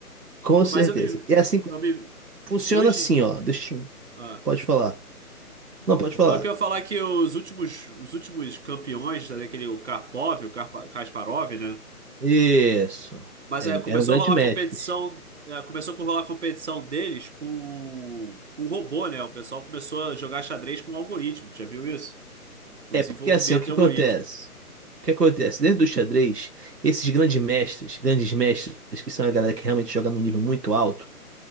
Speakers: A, on the right; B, on the right.
A: com certeza.
B: Mas eu me,
A: E é assim,
B: eu me
A: funciona
B: hoje,
A: assim, ó. Deixa eu...
B: ah,
A: Pode falar. Não, pode falar.
B: não, eu queria falar que os últimos, os últimos campeões, né, aquele o Karpov, o Karpa- Kasparov, né?
A: Isso.
B: Mas
A: É,
B: é, começou
A: eram grandes
B: a rolar
A: mestres.
B: competição, é, começou a rolar competição deles com, com robô, né? O pessoal começou a jogar xadrez com algoritmo, tu já viu isso? Com
A: É
B: desenvolvimento
A: porque assim, o que
B: de algoritmo.
A: acontece? O que acontece? Dentro do xadrez, esses grandes mestres, grandes mestres, que são a galera que realmente joga num nível muito alto,